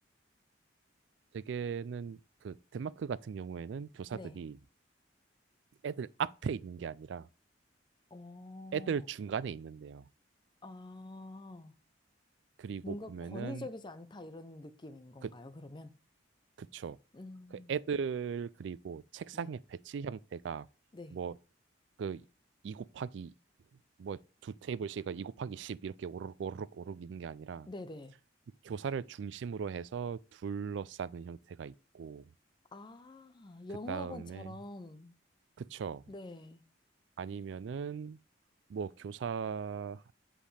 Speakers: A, on the right; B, on the left.
A: 대개는 그 덴마크 같은 경우에는 교사들이
B: 네.
A: 애들 앞에 있는 게 아니라
B: 어,
A: 애들 중간에 있는데요.
B: 아,
A: 그리고
B: 뭔가
A: 보면은
B: 권위적이지 않다 이런 느낌인 건가요,
A: 그
B: 그러면?
A: 그쵸.
B: 음,
A: 그 애들 그리고 책상의
B: 네.
A: 배치 형태가
B: 네.
A: 뭐 그 2 곱하기 뭐 두 테이블씩이2 곱하기 10 이렇게 오르륵 오르륵 오르륵 있는 게 아니라
B: 네네.
A: 교사를 중심으로 해서 둘러싸는 형태가 있고
B: 아, 영어학원처럼.
A: 그 다음에 그쵸.
B: 네,
A: 아니면은 뭐 교사